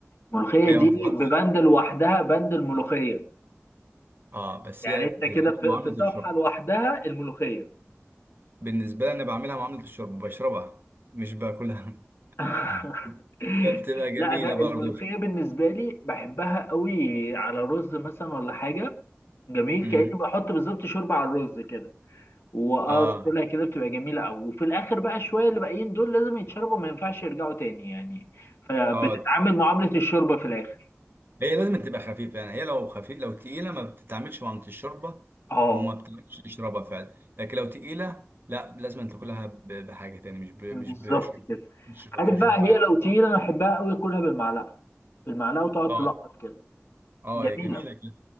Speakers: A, on the left; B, on the right.
A: الملوخية
B: هي
A: دي
B: ما بتتحطش
A: ببند لوحدها بند الملوخية
B: اه بس
A: يعني
B: هي
A: انت
B: بتتعمل
A: كده في
B: معامله
A: في صفحة
B: الشوربه
A: لوحدها الملوخية
B: بالنسبة لي أنا بعملها معاملة الشرب بشربها مش باكلها
A: <laughs>
B: <laughs> فبتبقى جميلة
A: لا انا
B: برضو
A: الملوخية بالنسبة لي بحبها قوي على رز مثلا ولا حاجة جميل
B: امم
A: كأني بحط بالظبط شوربة على الرز كده واقعد
B: اه
A: اكلها كده بتبقى جميلة قوي وفي الاخر بقى شوية اللي باقيين دول لازم يتشربوا ما ينفعش يرجعوا تاني يعني فبتتعامل
B: اه
A: معاملة الشوربة في الاخر
B: هي لازم تبقى خفيفة يعني هي لو خفيف لو تقيلة ما بتتعملش معاملة الشوربة
A: اه
B: وما بتعملش تشربها فعلا لكن لو تقيلة لا لازم أن تاكلها ب- بحاجة تاني مش ب... مش
A: بالظبط
B: بشرب
A: كده
B: مش
A: عارف
B: كشوربة
A: بقى هي
B: يعني
A: لو تقيلة انا احبها قوي اكلها بالمعلقة بالمعلقة وتقعد
B: اه
A: تلقط كده
B: اه
A: جميلة
B: هي جميلة كده